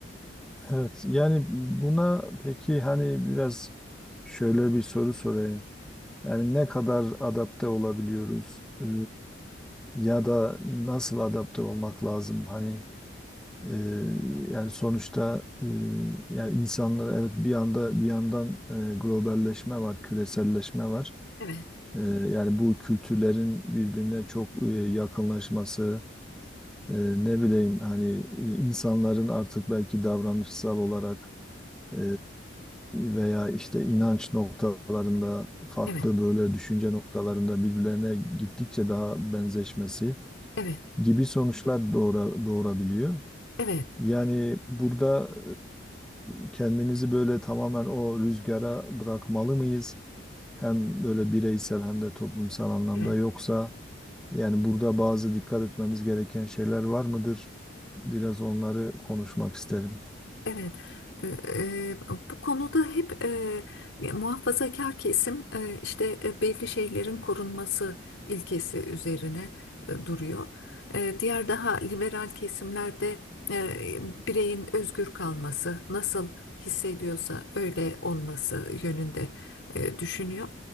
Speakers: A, in the centre; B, on the left (about 75°).
A: Evet yani buna peki hani biraz şöyle bir soru sorayım. Yani ne kadar adapte olabiliyoruz e, ya da nasıl adapte olmak lazım? Hani e, yani sonuçta e, yani insanlar evet bir anda bir yandan e, globalleşme var, küreselleşme var.
B: Evet,
A: E, yani bu kültürlerin birbirine çok e, yakınlaşması E, ne bileyim hani e, insanların artık belki davranışsal olarak e, veya işte inanç noktalarında farklı
B: evet,
A: böyle düşünce noktalarında birbirlerine gittikçe daha benzeşmesi
B: evet,
A: gibi sonuçlar doğura, doğurabiliyor.
B: evet.
A: Yani burada e, kendimizi böyle tamamen o rüzgara bırakmalı mıyız? Hem böyle bireysel hem de toplumsal anlamda
B: evet.
A: yoksa yani burada bazı dikkat etmemiz gereken şeyler var mıdır? Biraz onları konuşmak isterim.
B: Evet, e, e, bu konuda hep e, muhafazakar kesim e, işte e, belli şeylerin korunması ilkesi üzerine e, duruyor. E, diğer daha liberal kesimlerde e, bireyin özgür kalması, nasıl hissediyorsa öyle olması yönünde e, düşünüyor.